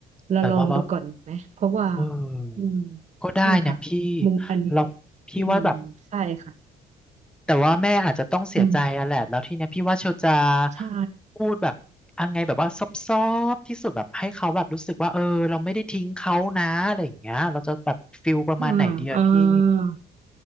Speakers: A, on the right; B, in the centre.
A: เราลองดูก่อนไหมเพราะว่า
B: แต่ว่าแบบเออก็ได้นะพี่
A: อืมใช่ค่ะมุมอันนี้
B: เราพี่ว่าแบบ
A: อืมใช่ค่ะ
B: แต่ว่าแม่อาจจะต้องเสียใจอะแหละแล้วทีเนี้ยพี่ว่าเชลจะ
A: อืมใช่
B: พูดแบบยังไงแบบว่าซอบๆที่สุดแบบให้เขาแบบรู้สึกว่าเออเราไม่ได้ทิ้งเขานะอะไรอย่างเงี้ยเราจะแบบฟิลประมาณไหนดีอะพี่
A: ค่ะเอ่า